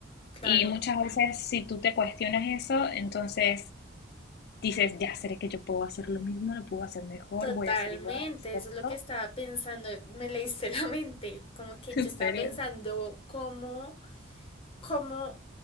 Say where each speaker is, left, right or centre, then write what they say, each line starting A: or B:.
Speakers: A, on the left; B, on the left.
A: claro.
B: Y muchas veces si tú te cuestionas eso, entonces dices, ya seré que yo puedo hacer lo mismo, lo puedo hacer mejor,
A: Totalmente,
B: voy a ser igual, ¿cierto?
A: eso es lo que estaba pensando, me leíste <laughs> la mente, como que
B: <laughs>
A: yo
B: ¿En
A: estaba
B: serio?
A: pensando cómo, cómo,